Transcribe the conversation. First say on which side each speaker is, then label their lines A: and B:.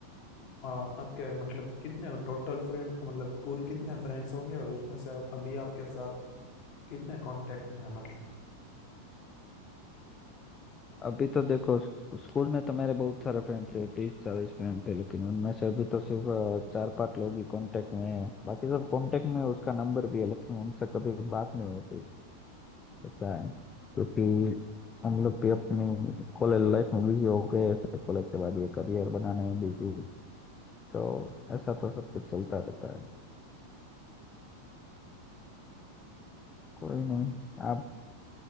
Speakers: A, on the left; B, on the left.
A: आ, आपके मतलब कितने टोटल फ्रेंड मतलब कुल कितने फ्रेंड्स होंगे और उसमें से अभी आपके साथ कितने कांटेक्ट में है मतलब
B: अभी तो देखो स्क- स्कूल में तो मेरे बहुत सारे फ्रेंड थे तीस चालीस फ्रेंड थे लेकिन उनमें से अभी तो सिर्फ अ, चार पांच लोग ही कांटेक्ट में है बाकी सब कांटेक्ट में हैं, उसका नंबर भी है लेकिन उनसे कभी बात नहीं होती ऐसा है क्योंकि हम लोग भी अपनी कॉलेज लाइफ में बिजी हो गए फिर कॉलेज के बाद ये करियर बनाने में बिजी तो ऐसा तो सब कुछ चलता रहता है कोई नहीं आप